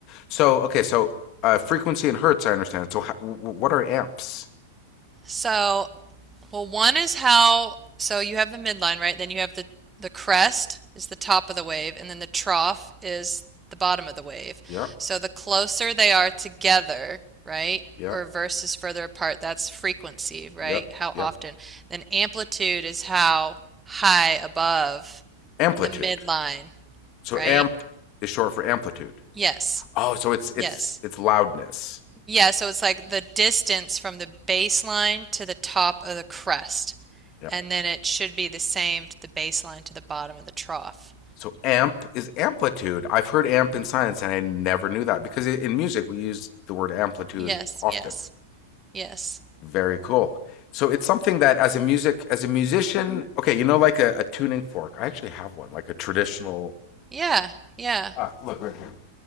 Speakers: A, on the left; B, on the right.
A: So okay, so uh, frequency and hertz, I understand. So how, what are amps?
B: So Well, one is how, so you have the midline, right? Then you have the the crest is the top of the wave, and then the trough is the bottom of the wave.
A: Yeah,
B: So the closer they are together, right,
A: yeah,
B: or versus further apart, that's frequency, right?
A: yeah,
B: How
A: yeah.
B: often. Then amplitude is how high above
A: Amplitude.
B: the midline,
A: So
B: right?
A: amp is short for amplitude.
B: Yes.
A: Oh, so it's it's
B: Yes.
A: it's loudness.
B: Yeah, so it's like the distance from the baseline to the top of the crest.
A: Yeah.
B: And then it should be the same to the baseline to the bottom of the trough.
A: So amp is amplitude. I've heard amp in science, and I never knew that because in music we use the word amplitude
B: Yes,
A: often.
B: yes, yes.
A: Very cool. So it's something that as a music as a musician, okay, you know, like a, a tuning fork. I actually have one, like a traditional.
B: Yeah, yeah.
A: Ah, look right here.